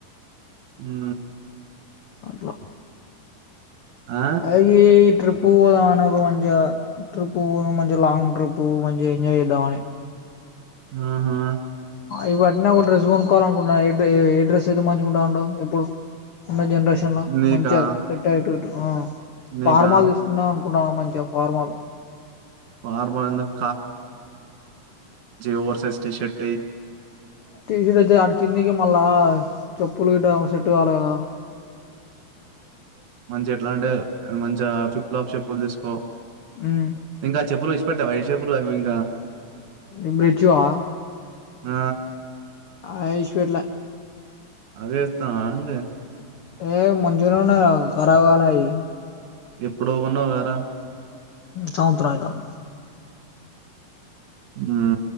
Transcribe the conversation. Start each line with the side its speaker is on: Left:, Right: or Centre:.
Right: హూ
Left: సర్లే
Right: ఆ
Left: <inaudible> ట్రిప్పు పోదాం అ నాకు మంచిగా ట్రిప్పు పో మంచిగా లాంగ్ ట్రిప్పు మంచిగా ఎంజాయ్ చేద్దామని
Right: ఆహా
Left: ఇగ అట్నే ఒక డ్రస్ కొనుక్కోవాలి అనుకుంటున్నాను ఎడ్రెస్ అయితే మంచిగా ఉంటది అంటావ్ ఇప్పుడు ఉన్న జనరేషన్ లో
Right: నీకా
Left: మంచిగా సెట్ అయ్యేటట్టు
Right: నీకా
Left: ఫార్మల్ తీసుకుంటా అనుకు టన్న మంచిగా ఫార్మల్
Right: ఫార్మల్ ఎందుకు ఓవర్సైజ్ టీ షర్ట్ అయ్యి
Left: టీషట్ అడ్డు అడకిందింది కీ మల్ళ పులిటా సెట్ కావలకదా
Right: మంచి ఎట్లా అంటే మంచిగా విప్లబ్ చెప్పులు తీసుకో
Left: ఉమ్
Right: ఇంకా చెప్పులును ఇప్పట్ట విషేపులు అవి ఇంకా
Left: ఇ మ్రిచూ ఆ
Right: ఆ
Left: ఆ ఇషిపెట్టలే
Right: అవే ఎతనవ ఇగ
Left: ఏ మంచిగానే ఉన్నది గా కరవు కాలే అది
Right: ఎప్పుడో కొన్నావు గారా
Left: సంవత్సరం అయితంది
Right: హూ